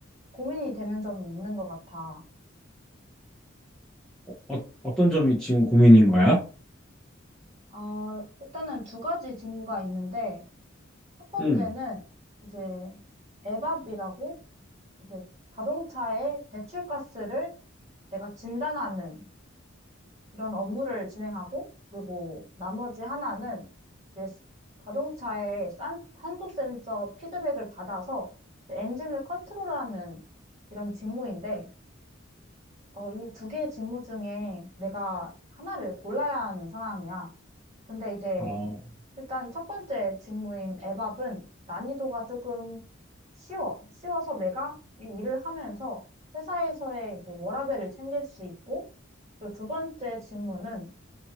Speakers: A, on the right (about 35°); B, in the centre.
A: 고민이 되는 점이 있는 것 같아.
B: 어, 어, 떤 점이 지금 고민인 거야?
A: 어, 일단은 두 가지 직무가 있는데 첫 번째는
B: 응.
A: 이제 에밥이라고 이제 자동차의 배출가스를 내가 진단하는 이런 업무를 진행하고, 그리고 나머지 하나는 이제 스- 자동차의 산, 산소 센서 피드백을 받아서 이제 엔진을 컨트롤하는 이런 직무인데, 어, 이 두 개의 직무 중에 내가 하나를 골라야 하는 상황이야. 근데 이제
B: 어,
A: 일단 첫 번째 직무인 에밥은 난이도가 조금 쉬워. 쉬워서 내가 이 일을 하면서 회사에서의 이제 워라밸을 챙길 수 있고, 그리고 두 번째 직무는